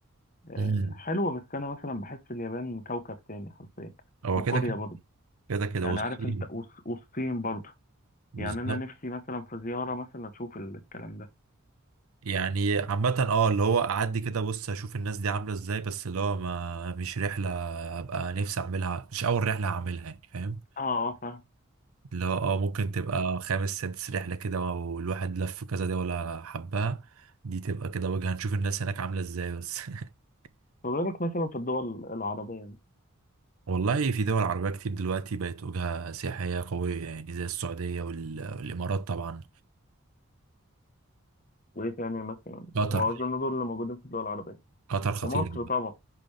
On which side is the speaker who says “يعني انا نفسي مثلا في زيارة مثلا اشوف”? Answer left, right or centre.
Left